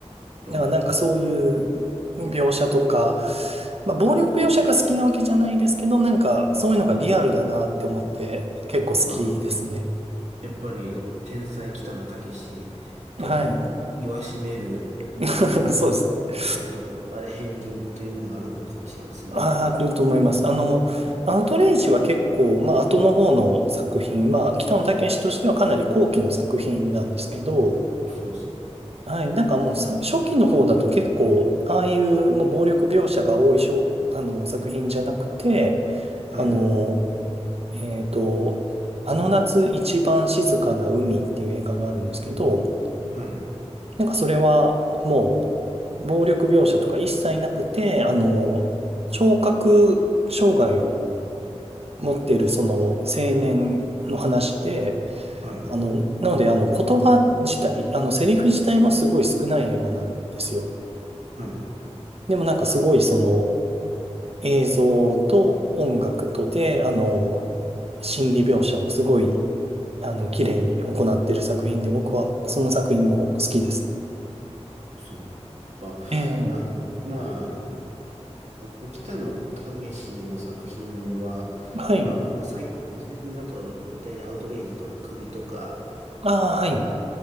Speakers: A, on the right; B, on the right.
A: う。
B: だからなんかそういう
A: まあ、
B: 描写とか、まあ暴力描写が好きなわけじゃないですけど、なんかそういうのがリアルだなって思って結構好きですね。
A: はいまあやっぱり天才北野武と
B: はい。
A: 言わしめる、
B: <laughs>
A: ま
B: そうですね。
A: あ、えっと、とあれ、片鱗というものがあるのかもしれませんね。
B: ああると思います。あの、
A: うん
B: アウトレイジは結構、まあ後の方の作品、まあ北野武としてはかなり後期の作品なんですけど、
A: そうですね。
B: はい、なんかもうさ初期の方だと結構、ああいうもう暴力描写が多いしょあの作品じゃなくて、
A: はい、
B: あの、えっと、あの夏一番静かな海っていう映画があるんですけど、
A: はい、
B: なんかそれはもう暴力描写とか一切なくて、あの、聴覚障害を持っているその青年の話で、
A: はい、
B: あの、なのであの言葉自体、あのセリフ自体もすごい少ない映画なんですよ。
A: はい。
B: でもなんかすごいその映像と音楽とで、あの、心理描写をすごいあの、綺麗に行っている作品で、僕はその作品も好きですね。
A: あそうか。あ、
B: ええ、
A: あの、まあ、あと、北野武の作品は、
B: はい。
A: まあ、まあ、最、最近だと言ったようにアウトレイジとか首とか、
B: ああ、
A: あの、
B: はい。